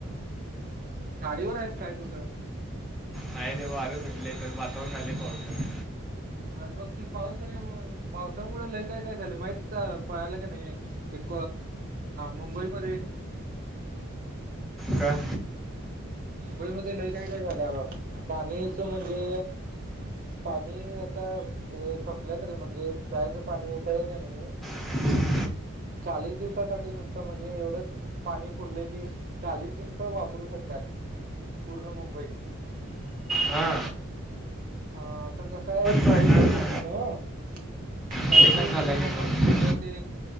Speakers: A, on the right; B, in the centre.
A: गाडी ववर आहेस काय कुठं?
B: नाही रे वार सुटलंय, वातावरण झालाय पाऊसच
A: अ बगकीी पावसा पावसामुळे लय काय काय झालं माहित पळाला का नाही, ते मुंबईमध्ये
B: का?
A: मुंबईमध्येध्ये लय काय काय झालंबा पाणीच म्हणजे पाणी आता हे सपल्याय तरी म्हणजे जायच पाणी याचय का नाइ
B: <inaudible>
A: चाळीस दिवसासाठी नुसतं म्हणजे एवढंच, पाणी पुरले की चाळीस दिवस वापरू शकतात. पूर्ण मुंबई,
B: हा,
A: हा कसं आहे
B: पडला
A: पाऊस
B: ना.
A: पाऊस होईणा नाव्ह पाऊसच
B: येणं झालं
A: होईना,
B: नाही
A: मग सगळ ते